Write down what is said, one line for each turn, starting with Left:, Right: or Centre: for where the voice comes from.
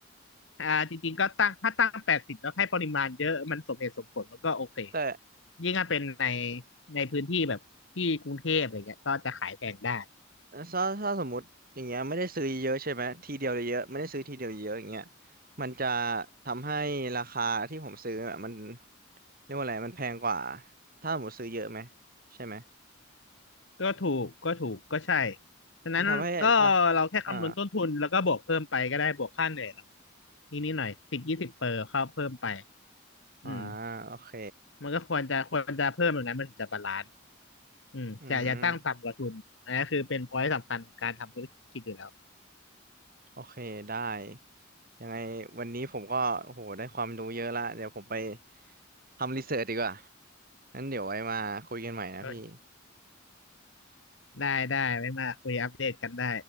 Left: อ่าจริงๆก็ตั้งถ้าตั้งแปดสิบแล้วให้ปริมาณเยอะมันสมเหตุสมผลมันก็โอเค
Right: แต่
Left: ยิ่งถ้าเป็นในในพื้นที่แบบที่กรุงเทพอะไรเงี้ยก็จะขายแพงได้
Right: ถ้าถ้าสมมุติอย่างเงี้ยไม่ได้ซื้อเยอะใช่ไหมทีเดียวเลยเยอะไม่ได้ซื้อทีเดียวเยอะอย่างเงี้ยมันจะทำให้ราคาที่ผมซื้ออะมันเรียกว่าอะไรมันแพงกว่าถ้าผมมุติซื้อเยอะไหมใช่ไหม
Left: ก็ถูกก็ถูกก็ใช่ดังนั้นก็เราแค่คำนวณต้นทุนแล้วก็บวกเพิ่มไปก็ได้บวกค่าเหนื่อยเรา
Right: มันทำให้ราคาอ่า
Left: นิดนิดหน่อยสิบยี่สิบเปอร์เข้าเพิ่มไปอืม
Right: อ่าโอเค
Left: มันก็ควรจะควรจะเพิ่มแบบนั้นมันถึงจะบาลานซ์อืมจะอย่าตั้งต่ำกว่าทุนอันนี้คือเป็นพอยต์สำคัญของการทำธุรกิจอยู่แล้ว
Right: อืมโอเคได้ยังไงวันนี้ผมก็โอ้โหได้ความรู้เยอะละเดี๋ยวผมไปทำรีเสิร์ชดีกว่างั้นเดี๋ยวไว้มาคุยกันใหม่นะพี่
Left: โอเคได้ได้ไม่มาคุยอัปเดตกันได้